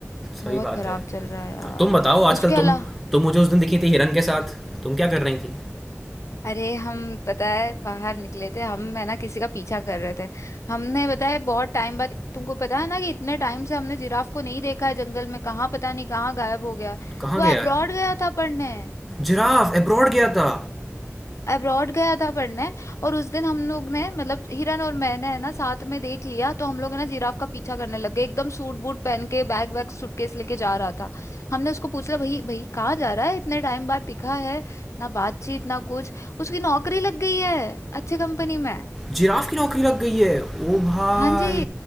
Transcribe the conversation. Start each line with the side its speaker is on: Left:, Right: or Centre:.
Centre: सही
Left: बहुत
Centre: बात
Left: खराब
Centre: है।
Left: चल रहा है यार
Centre: हाँ, तुम बताओ आजकल
Left: उसके अलावा
Centre: तुम तुम मुझे उस दिन दिखी थी हिरन के साथ, तुम क्या कर रही थी?
Left: अरे हम पता है बाहर निकले थे हम है ना किसी का पीछा कर रहे थे हमने पता है बहुत टाइम बाद तुमको पता है ना कि इतने टाइम से हमने जिराफ को नहीं देखा है जंगल में कहाँ पता नहीं कहाँ गायब हो गया
Centre: कहाँ
Left: वो
Centre: गया
Left: अब्रॉड
Centre: है?
Left: गया था पढ़ने
Centre: जिराफ अब्रॉड गया था।
Left: अब्रॉड गया था पढ़ने और उस दिन हम लोग ने मतलब हिरन और मैंने है ना साथ में देख लिया तो हम लोग है ना जिराफ का पीछा करने लग गए एकदम सूट बूट पहन के बैग वैग सूटकेस लेके जा रहा था हमने उसको पूछ लिया भाई भाई कहाँ जा रहा है इतने टाइम बाद दिखा है ना बातचीत ना कुछ उसकी नौकरी लग गई है अच्छे कंपनी में
Centre: जिराफ की नौकरी लग गई है। ओ भाई!
Left: हाँ जी